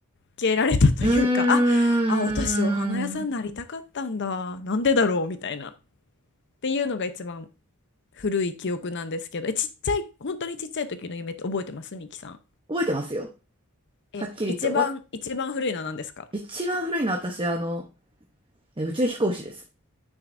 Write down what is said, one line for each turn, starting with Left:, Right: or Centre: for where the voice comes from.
Left: けられたというかああ私お花屋さんになりたかったんだなんでだろうみたいなっ
Right: うーん。
Left: ていうのが一番古い記憶なんですけど、え、ちっちゃい、本当にちっちゃい時の夢って覚えてますミキさん。
Right: 覚えてますよ。
Left: え、
Right: はっきりと。
Left: 一番、
Right: わ、
Left: 一番古いのは何ですか
Right: 一番古いのは私、あの、え宇宙飛行士です。